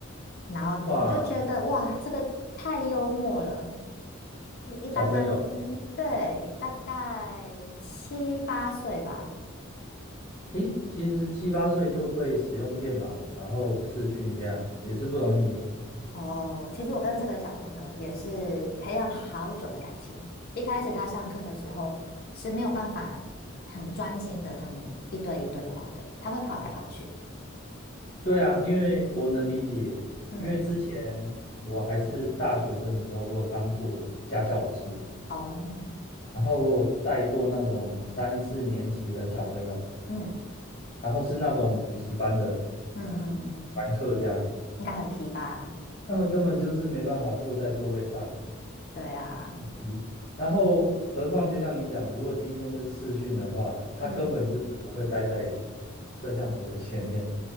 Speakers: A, on the left; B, on the left.
A: 然后我就觉得哇，
B: 哇，
A: 这个太幽默了。就是一般跟
B: 小朋友，
A: 对大概七八岁吧。
B: 诶，其实七八岁就会使用电脑，然后视讯这样也是不容易呢。
A: 哦，其实我跟这个小朋友也是培养好久的感情。一开始他上课的时候是没有办法很专心的跟你一对一对话的，他会跑来跑去。对啊，
B: 对啊，因为我能理解，
A: 嗯，
B: 因为之前我还是大学生的时候，我有当过家教老师。
A: 哦，
B: 然后我有带过那种三四年级的小朋友，
A: 嗯
B: 然后是那种补习班的
A: 嗯嗯嗯。
B: 班课这样，
A: 嗯应该很皮吧？
B: 他们根本就是没办法坐在座位上。
A: 对啊，
B: 咦然后，何况就像你讲的，如果今天是视讯的话，他根本就是不会待在
A: 嗯，
B: 摄像头的前面。